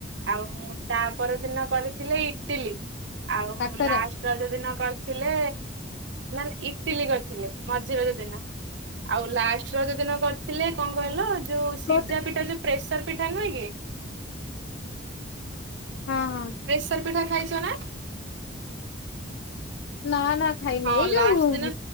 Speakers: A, on the right; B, on the left.
A: ଆଉ ମୁଁ ତା ପରଦିନ କରିଥିଲି ଇଟିଲି, ଆଉ
B: କାକରା
A: ମୁଁ ଲାଷ୍ଟ ରଜ ଦିନ କରିଥିଲେ, ନା ଇଟିଲି କରିଥିଲେ, ମଝି ରଜ ଦିନ। ଆଉ ଲାଷ୍ଟ ରଜ ଦିନ କରିଥିଲେ, କଣ କହିଲ ଯୋଉ ସିଝା
B: ହଁ
A: ପିଠା, ଯୋଉ ପ୍ରେସର ପିଠା ନୁହେଁ କି
B: ହଁ- ହଁ-
A: ପ୍ରେସର ପିଠା ଖାଇଛ ନା?
B: ନା- ନା ଖାଇନି
A: ହଁ
B: ଏଇ ଯୋଉ
A: ଲାଷ୍ଟ ଦିନ